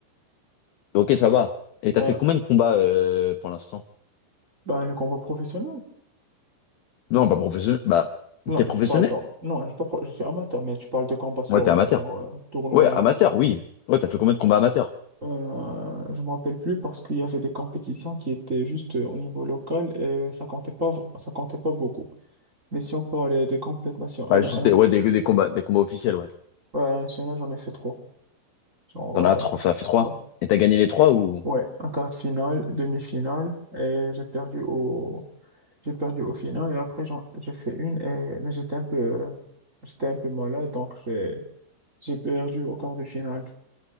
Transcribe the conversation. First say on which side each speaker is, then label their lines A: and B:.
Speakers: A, on the left; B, on the right.
A: Ok, ça va. Et t'as
B: Ben,
A: fait combien de combats euh, pour l'instant?
B: ben, le combat professionnel?
A: Non, pas professionnel. Bah,
B: Non,
A: t'es professionnel?
B: tu parles... genre- Non, je suis pas pro- je suis amateur, mais tu parles de combat sur,
A: Ouais, t'es amateur.
B: euh, genre, euh, tournoi.
A: Ouais, amateur, oui. Ouais, t'as fait combien de combats amateurs?
B: Euh, je me rappelle plus parce qu'il y avait des compétitions qui étaient juste euh, au niveau local et ça comptait pas, v- ça comptait pas beaucoup. Mais si on parlait des compétitions nationales,
A: Bah, juste
B: à la-
A: des,
B: à
A: ouais,
B: la-
A: des, des combats, des combats officiels, ouais.
B: ouais, à la nationale, j'en ai fait trois. Genre,
A: T'en
B: euh,
A: as trois, ça fait trois.
B: ouais.
A: Et t'as gagné les trois ou?
B: Ouais, en quart de finale, demi-finale, et j'ai perdu au, j'ai perdu au final, et après, j'en- j'ai fait une, et, mais j'étais un peu, euh, j'étais un peu malade, donc j'ai, j'ai perdu au quart de finale.